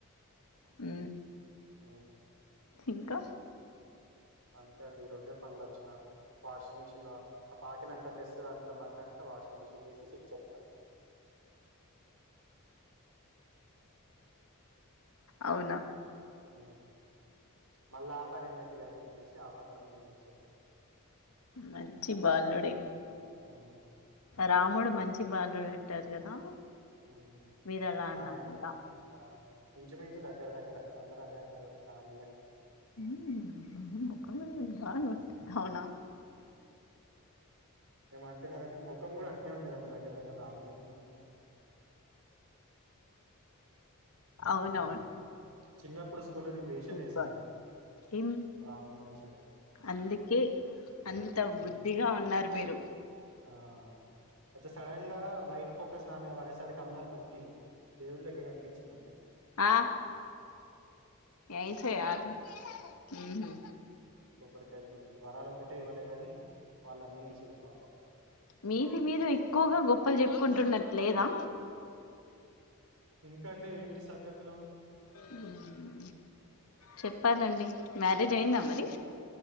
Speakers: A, on the left; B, on the right.
A: ఉ
B: ఆ
A: ఇంకా
B: అంతే అండి ఈ రొండే పండ్లు వచ్చు నాకు వాషింగ్ మిషన్ లో ఆ పాకినాంక డ్రెస్సు అంత మట్టి అంత వాషింగ్ మిషన్ లో ఏసి సిచ్చేత్త
A: అవున్
B: ఆ మళ్ళ ఆ పని ఎందుకు ఇగ అని చెప్పేసి ఆ పని కూడా నేనే చేసేత్త
A: మంచి బాలుడే
B: ఉమ్
A: రాముడు మంచి బాలుడు అంటారు కదా.
B: ఉమ్
A: మీరు అలా
B: అలానే
A: అన్నమాట
B: అండి ఆ ఇంచుమించు దగ్గర దగ్గ అందరు అదే అంటారు సాము
A: ఉమ్ బాను అవున
B: ఏమో అంటున్నారండి ముఖం కూడా అట్నే ఉంటది అండి దగ్గ దగ్గర రాముడు లెక్కనే ఉంటది.
A: అవునవును
B: చిన్నప్పుడు స్కూల్లో నేను వేషం
A: గుడ్
B: వేసుకున్నా
A: బాయ్ ఏం
B: రాముని వేషం
A: అందుకే అంత
B: ఉమ్,
A: బుద్ధిగా ఉన్నారు మీరు
B: ఆ అచ్చ సడన్ గా లైట్ ఫోకస్ నా మీద పడేసరికి అందరు మొక్కిళ్ళు దే వుని లెక్క కనిపించిన
A: ఆ ఎయయి చే యాద్ హే ఉమ్ హూ
B: కొబ్బరికాయలు కొట్టిలు వరాలు ఒకటే ఇవ్వలే గాని వాళ్ళు అన్నీ వేసిళ్ళు పాపం
A: మీది మీరే ఎక్కువగా గొప్ప గొప్పలు చెప్పుకుంటున్నట్టు లేదా
B: ఇంకా అండి ఏంటి సంగతులు
A: ఉమ్ చెప్పాలండి మ్యారేజ్ అయిందా మరి